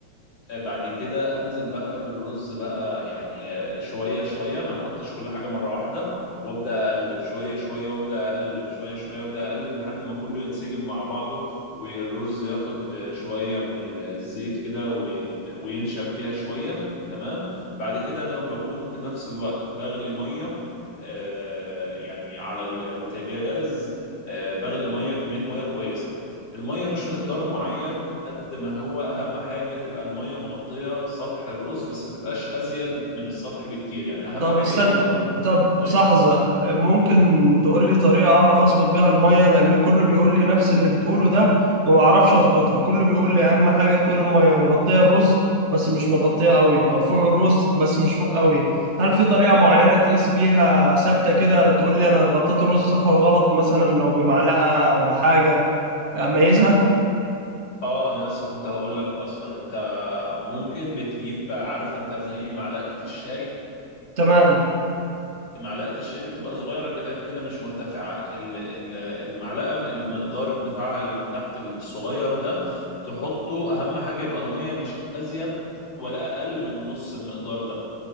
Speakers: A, on the left; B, on the right.
A: آه، بعد كده انزل بقى بالرز بقى يعني آه، شويه شويه ما احطش كل حاجه مره واحده وابدا اقلب شويه شويه وابدا اقلب شويه شويه وابدا اقلب لحد ما كله ينسجم مع بعضه والرز ياخد شويه من الزيت كده ويت- وينشف فيها شويه تمام بعد كده انا بكون في نفس الوقت بغلي ميه آه، يعني على البوتاجاز آه، بغلي ميه كميه ميه كويسه المية مش مقدار معين قد ما هو أهم حاجة تبقى المية مغطية سطح الرز بس ما تبقاش أزيد من السطح بكتير يعني أهم
B: طب
A: حاجة
B: استنى
A: يا دوبك تبقى بس
B: طب
A: مغطية
B: لحظة ممكن تقول لي طريقة أعرف أظبط بيها المية لأن كله بيقول لي نفس اللي بتقوله ده وما بعرفش أظبطها كله بيقول لي أهم حاجة تكون المية مغطية الرز بس مش مغطية قوي أو فوق الرز بس مش فوق قوي هل في طريقة معينة تقيس بيها ثابتة كده تقول لي أنا غطيت الرز صح ولا غلط مثلا لو بمعلقة أو بحاجة أميزها
A: اه انا لسه كنت هقول لك اصلا انت ممكن بتجيب عارف انت زي معلقه الشاي
B: تمام
A: معلقه الشاي دي بتبقى صغيره كده كده مش مرتفعه ال- ال- المعلقه المقدار بتاعها اللي من تحت الصغير ده تحطه اهم حاجه يبقى الميه مش ازيد ولا اقل من نص المقدار ده